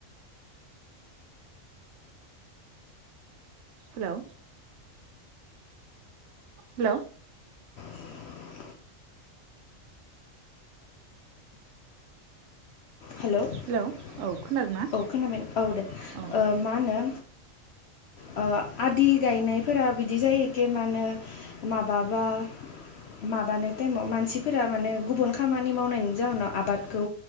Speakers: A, on the right; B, on the left.
A: हेलौ। हेलौ।
B: <inaudible> हेल' औ
A: हेलौ खोनादोंना
B: खोनाबाय औ दे
A: औ
B: मा होनो। आदि गायनायफोरा बिदि जायोखे मा होनो माबाबा माबानाय टाइमाव मानसिफोरा माने गुबुन खामानि मावनायनि जाउोनाव आबादखौ